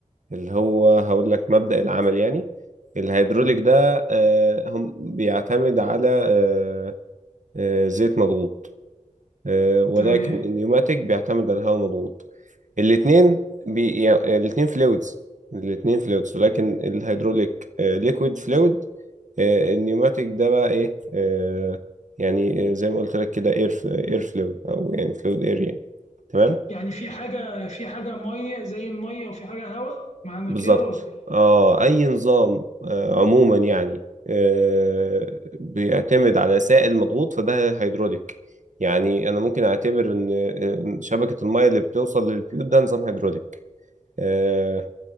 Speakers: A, on the right; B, on the left.
A: اللي هو هقول لك مبدأ العمل يعني الهيدروليك ده آه، هم بيعتمد على آه، آه، زيت مضغوط آه، ولكن
B: تمام
A: النيوماتيك بيعتمد على الهواء مضغوط الاثنين بي... يعني الاثنين فلويدز الاثنين فلويدز ولكن الهيدروليك ليكويد فلويد النيوماتيك ده بقى ايه آه، يعني آه، زي ما قلت لك كده اير اير فلويد او يعني فلويد اير يعني تمام
B: يعني في حاجة في حاجة مية زي المية وفي حاجة هواء معنى
A: بالظبط
B: كده ولا إيه؟
A: اه اي نظام آه عموما يعني آه بيعتمد على سائل مضغوط فده هيدروليك يعني انا ممكن اعتبر ان آه، إن شبكه الميه اللي بتوصل للبيوت ده نظام هيدروليك آه